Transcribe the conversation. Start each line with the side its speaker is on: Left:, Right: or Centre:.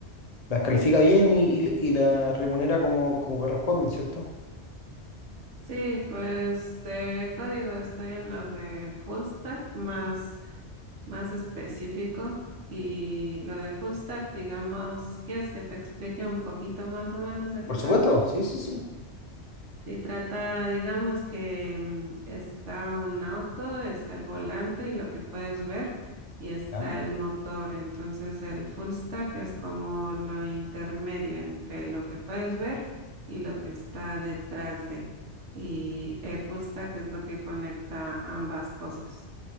Left: las califica bien y, y, y la remunera como, como corresponden, ¿cierto?
Right: Sí, pues de código estoy en lo de full stack más, más específico y lo de full stack, digamos, ¿quieres que te explique un poquito más o menos de qué
Left: Por
Right: trata?
Left: supuesto, sí, sí, sí.
Right: Si trata, digamos que mm, está un auto, está el volante y lo que puedes ver, y está
Left: Ah,
Right: el motor. Entonces el full stack es como lo intermedio entre lo que puedes ver y lo que está detrás de. Y el full stack es lo que conecta ambas cosas.